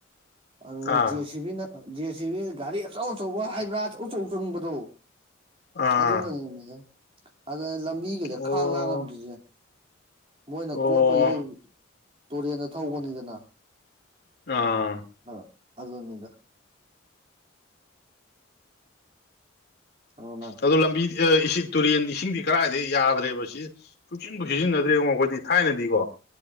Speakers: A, on the right (about 30°); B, on the left (about 50°).
A: ꯑꯗꯨ
B: ꯑꯥ
A: ꯦ ꯁꯤꯕꯤꯅ ꯖꯦ ꯁꯤ ꯕꯤ ꯘꯔꯤ ꯑꯆꯧ ꯑꯆꯧꯕ ꯍꯥꯏꯕ꯭ꯔꯥ ꯎꯆꯣꯡ ꯆꯪꯕꯗꯣ ꯑ
B: ꯑꯥ
A: ꯑꯗꯨꯅꯅꯦ ꯃꯖꯦ ꯑ ꯂꯝꯕꯤꯒꯤꯩꯗ
B: ꯑꯣ
A: ꯈꯥꯡ ꯂꯥꯡꯉꯝꯗ꯭ꯁꯅꯦ ꯃꯣꯏꯅ
B: ꯑꯣ
A: ꯀꯣꯠꯄꯒꯤ ꯇꯨꯔꯦꯟꯗ ꯊꯧꯕꯅꯤꯗꯅ
B: ꯑ
A: ꯍ ꯑ ꯏꯗ ꯑꯗꯨꯅ
B: ꯑꯣ ꯂꯝꯕꯤ ꯏꯁꯤꯡ ꯇꯨꯔꯦꯟ ꯏꯁꯤꯡꯗꯤ ꯀꯗꯥꯏꯗ ꯌꯥꯗ꯭ꯔꯦꯕ ꯁꯤ ꯁꯨꯡꯆꯟꯕ ꯁꯤꯖꯤꯟꯅꯗ꯭ꯔꯦꯉꯣ ꯑꯩꯈꯣꯏꯗꯤ ꯊꯥꯏꯅꯗꯤꯀꯣ